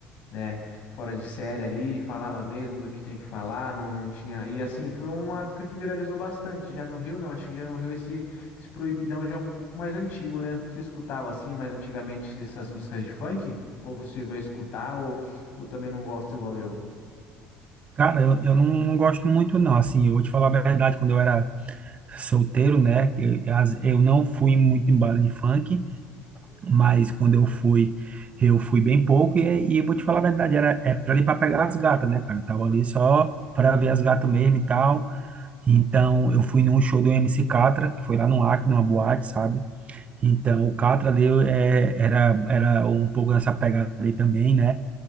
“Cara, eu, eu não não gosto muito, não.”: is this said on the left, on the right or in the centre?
Right